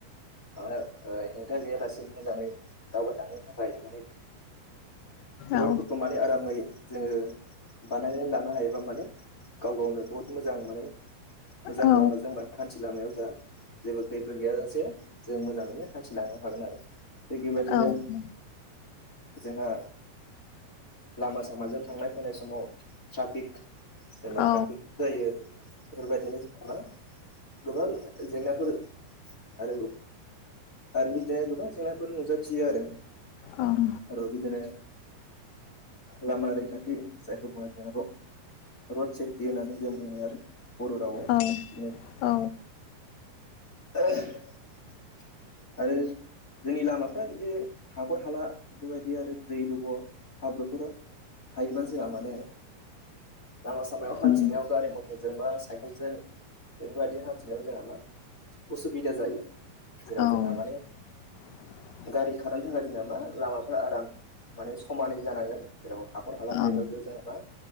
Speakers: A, on the left (about 20°); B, on the left (about 75°).
A: माबा ओ हेंथा गैयालासे मोजाङै दावबायलांनो थाखाय माने र'डफोरखौ
B: औ
A: मानि आरामै जोङो बानायनानै लानो हायोबा माने गाव गावनो बहुद मोजां माने मोजां
B: औ
A: लामाजों बा हान्थि लांनायाव जेबो खैफोद गैयााजासे जों मोजाङैनो हान्थिलांनो हागोन आरो। थिग बेबायदिनो
B: औ
A: जोंहा लामा सामाजों थांनाय फैनाय समाव ट्राफिक जेनेबा
B: औ
A: ट्राफिक जायो बेफोरबायदिनो <unintelligible> गोबां जेंनाफोर आरो आरो बिदिनो गोबां जेंनाफोर नुजाथियो आरो
B: ओं
A: आरो बिदिनो लामा रैखाथि जायखौ बुङो रड रड सेफटि होननानै जों बुङो आरो बर' रावाव
B: औ
A: बिदिनो
B: औ
A: <inaudible> आरो जोंनि लामाफ्रा बिदि हाखर हाला बेफोरबायदि आरो दै जब' हाब्रुफोर थायोब्ला जोंहा माने लामा सामायाव हान्थिनायाव
B: उम
A: गारि मथर जोंबा सायकेलजों बेफोरबायदि हान्थिनायाव जोंहा मा उसुबिदा जायो जेराव
B: औ
A: जोंहा माने
B: <inaudible>
A: गारि खारनो थाखाय जोंना मा लामाफ्रा आराम माने समानै जानांगोन जेराव हाखर हाला
B: औ
A: थायोब्ला बेयाव जेनबा